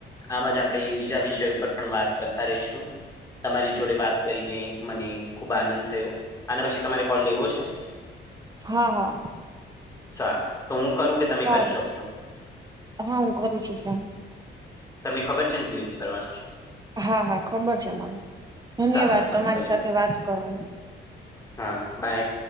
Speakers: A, on the left (about 15°); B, on the right (about 20°).
A: આમ જ આપણે બીજા વિષયો ઉપર પણ વાત કરતા રહીશું. તમારી જોડે વાત કરીને મને ખુબ આનંદ થયો, અને પછી તમારે કોલ લેવો છે?
B: હા હા.
A: સારુ. તો હું કરું કે તમે
B: સારું
A: કરી શકશો?
B: હા હું કરું છું ફોન
A: તમને ખબર છે ને કેવી રીતે કરવાનો છે?
B: હા હા ખબર છે મને, ધન્યવાદ
A: સારું સારું
B: તમારી
A: તમે
B: સાથે
A: કરો
B: વાત કરવાની.
A: હા બાય.